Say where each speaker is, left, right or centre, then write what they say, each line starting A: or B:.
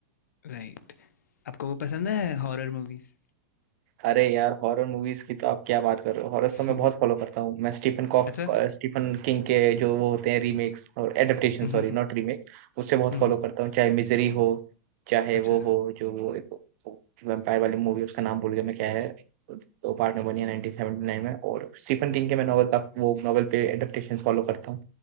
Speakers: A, on the left; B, on the right.
A: राइट आपको वो पसंद है हॉरर मूवीज
B: अरे यार हॉरर मूवीज की तो आप क्या बात कर रहे हो हॉरर
A: <laughs>
B: तो मैं बहुत फॉलो करता हूँ मैं स्टीफन कॉफ
A: अच्छा
B: स्टीफन किंग के जो वो होते हैं रीमेक्स और एडेप्टेशन
A: हम्म,
B: सॉरी नॉट
A: हम्म,
B: रीमेक उससे बहुत
A: हम्म,
B: फॉलो करता हूँ चाहे मिजरी हो चाहे
A: अच्छा
B: वो हो जो वो एक वैम्पायर वाली मूवी उसका नाम भूल गया मैं क्या है दो पार्ट में बनी है 1979 में और स्टीफन किंग के मैं नॉवल का वो नॉवल पे एडेप्टेशन फॉलो करता हूँ